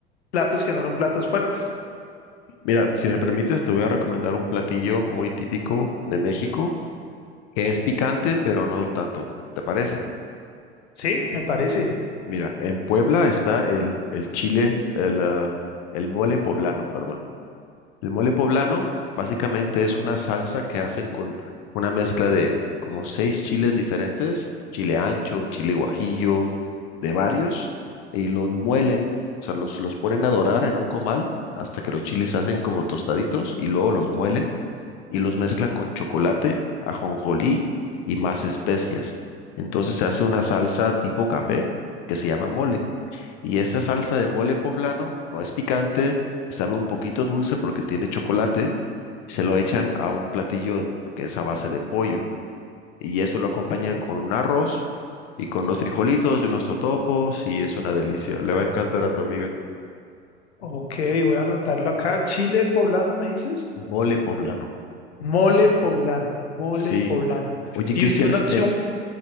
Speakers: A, on the left; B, on the left.
A: platos que no son platos fuertes.
B: Mira, si me permites, te voy a recomendar un platillo muy típico de México, que es picante, pero no tanto. ¿Te parece?
A: Sí, me parece.
B: Mira, en Puebla está el, el chile, el, ah, el mole poblano, perdón. El mole poblano básicamente es una salsa que hacen con una mezcla de como seis chiles diferentes, chile ancho, chile guajillo, de varios, y los muelen, o sea, los, los ponen a dorar en un comal hasta que los chiles se hacen como tostaditos y luego los muelen y los mezclan con chocolate, ajonjolí y más especias. Entonces se hace una salsa tipo café que se llama mole. Y esa salsa de mole poblano no es picante, sabe un poquito dulce porque tiene chocolate. Se lo echan a un platillo que es a base de pollo. Y eso lo acompañan
A: Ok.
B: con un arroz y con unos frijolitos y unos totopos. Y es una delicia. Le va a encantar a tu amiga.
A: Ok, voy a anotarlo acá. Chile poblano, ¿me dices?
B: Mole poblano.
A: Mole poblano, mole
B: Sí.
A: poblano.
B: Oye,
A: Y
B: Cristian,
A: una opción,
B: en-